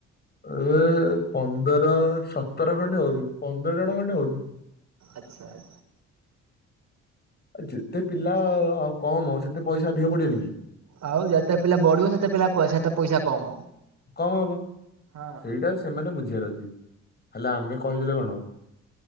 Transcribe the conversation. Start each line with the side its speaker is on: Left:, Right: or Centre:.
Left: ଏ ପନ୍ଦର ସତର ଖଣ୍ଡେ ହଉ ପନ୍ଦର ଜଣ ଖଣ୍ଡେ ହଉଛନ୍ତି।
Right: ଆଚ୍ଛା ଆ
Left: ଏ ଯେତେ ପିଲା ଆ କମ ସେତେ ପଇସା ଅଧିକ ପଡିବନି କି?
Right: ଆଉ ଯେତେ ପିଲା ବଢ଼ୁବ ସେତେ ପିଲା ସେତେ ପଇସା କମ।
Left: କମ୍ ହବ
Right: ହଁ।
Left: ସେଇଟା ସେମାନେ ବୁଝିବାର ଅଛି ହେଲେ ଆମେ କହିଦେଲେ କଣ ହବ?